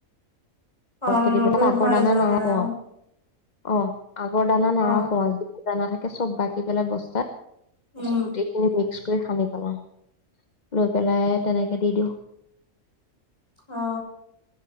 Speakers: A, on the left; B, on the left.
A: অ
B: সৰহকে দি পেলাই, আগৰ
A: ভয়
B: দানা
A: যোৱা
B: নাই
A: মানে
B: পোৱা।
A: অ
B: অ আগৰ দানা নাৰাখো
A: অ
B: আ। যিবোৰ দানা থাকে চব বাকি পেলাই বস্তাত তাপাছত
A: উম
B: গোটেই মিক্স কৰি সানি পেলা, লৈ পেলাই তেনেকে দি দিওঁ।
A: অ